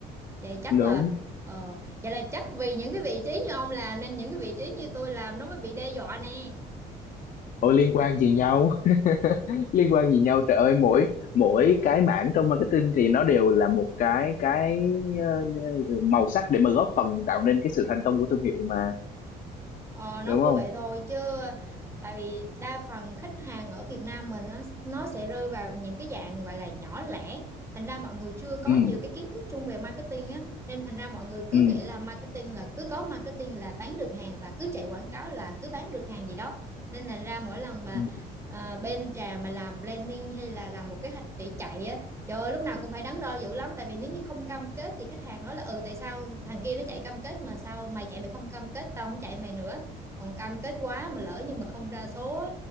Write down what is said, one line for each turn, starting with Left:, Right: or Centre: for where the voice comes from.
Right: Vậy chắc
Left: đúng
Right: là ờ, vậy là chắc vì những cái vị trí như ông làm nên những cái vị trí như tôi làm nó mới bị đe dọa nè.
Left: ôi liên quan gì nhau liên quan gì nhau trời ơi mỗi mỗi cái mảng trong marketing thì nó đều là một cái cái ờ, ờ, màu sắc để mà góp phần tạo nên cái sự thành công của thương hiệu mà
Right: Ờ, nói
Left: đúng
Right: vui
Left: không
Right: vậy thôi chứ tại vì đa phần khách hàng ở Việt Nam mình nó nó sẽ rơi vào những cái dạng gọi là nhỏ lẻ thành ra mọi người chưa có
Left: ừ
Right: nhiều cái kiến thức chung về marketing á nên thành ra mọi người cứ
Left: ừ
Right: nghĩ là marketing là cứ có marketing là bán được hàng và cứ chạy quảng cáo là cứ bán được hàng gì đó nên thành ra mỗi lần mà
Left: ừ.
Right: à, bên trà mà làm planning hay là làm một kế hoạch để chạy á trời ơi, lúc nào cũng phải đắn đo dữ lắm tại vì nếu như không cam kết thì khách hàng nói là ừ tại sao thằng kia nó chạy cam kết mà sao mày chạy mày không cam kết tao không chạy mày nữa còn cam kết quá mà lỡ nhưng mà không ra số